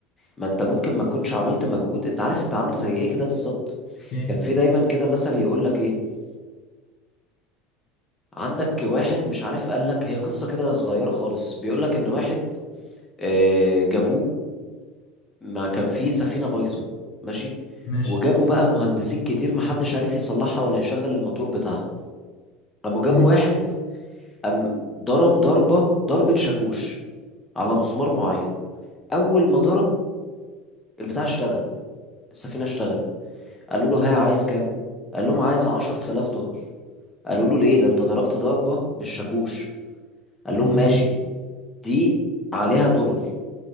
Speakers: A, on the left; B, on the left.
A: ما انت ممكن ما تكونش عملت مجهود انت عارف انت عامل زي ايه كده بالظبط
B: ايه
A: كان في دايما كده مثل يقول لك ايه عندك واحد مش عارف قال لك هي قصة كده صغيرة خالص بيقول لك ان واحد آه، جابوه ما كان في سفينة بايظة ماشي
B: ماشي
A: وجابوا بقى مهندسين كتير محدش عارف يصلحها ولا يشغل الموتور بتاعها قاموا جابوا
B: <laughs>
A: واحد قام ضرب ضربة ضربة شاكوش على مسمار معين أول ما ضرب البتاع اشتغل السفينة اشتغلت قالوا له ها عايز كام؟ قال لهم عايز عشرة آلاف دولار قالوا له ليه ده انت ضربت ضربة بالشاكوش قال لهم
B: مم.
A: ماشي دي عليها دولار